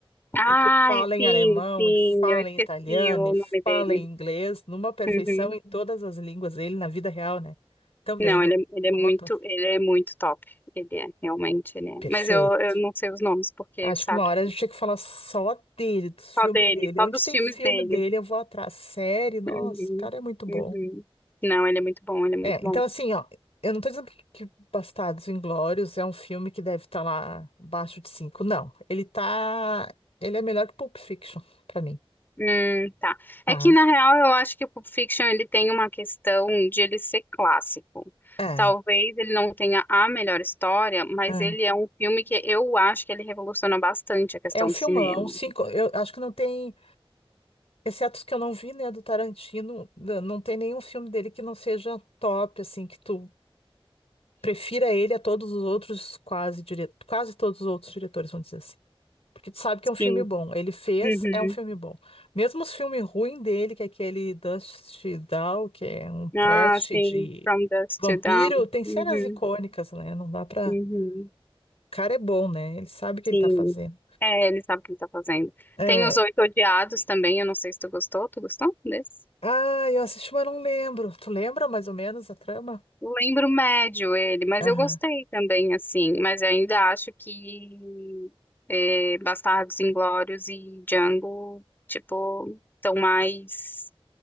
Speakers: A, on the left; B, on the left.
A: Ai,
B: E que fala em
A: sim,
B: alemão,
A: sim.
B: e fala
A: Eu esqueci
B: em italiano,
A: o
B: e
A: nome
B: fala
A: dele.
B: em inglês, numa perfeição
A: Uhum.
B: em todas as línguas dele na vida real, né? Também
A: Não,
B: no,
A: ele, é- ele
B: como
A: é muito,
B: ator.
A: ele é muito top. Ele é, realmente, ele é.
B: Perfeito.
A: Mas eu, eu não sei os nomes, porque,
B: Acho
A: sabe?
B: que uma hora a gente tinha que falar só dele, dos filmes
A: Só dele,
B: dele.
A: só
B: Onde
A: dos
B: tem
A: filmes
B: filme
A: dele.
B: dele, eu vou atrás. Série, nossa,
A: Uhum.
B: o cara é muito bom.
A: Uhum. Não, ele é muito bom, ele é muito
B: É,
A: bom.
B: então assim, ó, eu não tô dizendo que, que Bastardos Inglórios é um filme que deve estar lá abaixo de cinco, não. Ele tá, ele é melhor que Pulp Fiction, pra mim,
A: Hum, tá.
B: tá?
A: É que, na real, eu acho que o Pulp Fiction ele tem uma questão de ele ser clássico.
B: É,
A: Talvez ele não tenha a melhor história, mas
B: é.
A: ele é um filme que eu acho que ele revoluciona bastante a questão
B: É um filmão,
A: do cinema.
B: cinco, eu acho que não tem, exceto os que eu não vi, né, do Tarantino, n- não tem nenhum filme dele que não seja top, assim, que tu prefira ele a todos os outros, quase, dire, quase todos os outros diretores, vamos dizer assim. Porque tu sabe que é um filme
A: Sim.
B: bom, ele fez,
A: Uhum.
B: é um filme bom. Mesmo os filmes ruins dele, que é aquele Dust Down, que é um trash
A: Ah, sim.
B: de
A: From Dusk
B: vampiro,
A: to Dawn.
B: tem
A: Uhum.
B: cenas icônicas, né, não dá pra...
A: Uhum.
B: O cara é bom, né, ele sabe o que
A: Sim.
B: ele tá fazendo.
A: É, ele sabe o que ele tá fazendo.
B: É,
A: Tem Os Oito Odiados também, eu não sei se tu gostou. Tu gostou desse?
B: Ah, eu assisti, mas não lembro. Tu lembra mais ou menos a trama?
A: Eu Lembro médio ele, mas
B: Aham.
A: eu gostei também, assim. Mas eu ainda acho que é, Bastardos Inglórios e Django, tipo, estão mais.